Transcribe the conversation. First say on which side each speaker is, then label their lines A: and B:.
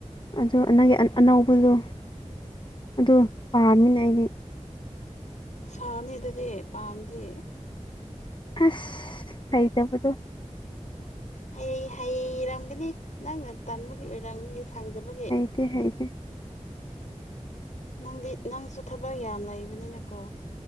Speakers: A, on the left (about 40°); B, on the left (about 80°).
A: ꯑꯗꯨ ꯅꯪꯒꯤ ꯑꯅꯧꯕꯗꯣ ꯑꯗꯨ ꯄꯥꯝꯃꯤꯅꯦ ꯑꯩꯗꯤ
B: ꯁꯥꯅꯤ ꯑꯗꯨꯗꯤ ꯄꯥꯝꯗꯤ
A: ꯑꯁ ꯍꯩꯇꯕꯗꯨꯣ
B: ꯍ ꯍꯩꯔꯝꯒꯅꯤ ꯅꯪꯅ ꯇꯟꯥꯟꯕꯒꯤ ꯑꯣꯏꯔꯝꯒꯅꯤ ꯁꯥꯡꯗꯕꯒꯤ
A: ꯍꯥꯏꯗꯤ ꯍꯥꯏ
B: ꯅꯪꯗꯤ ꯅꯪꯁꯨ ꯊꯕꯛ ꯌꯥꯝ ꯂꯩꯕꯅꯤꯅꯀꯣ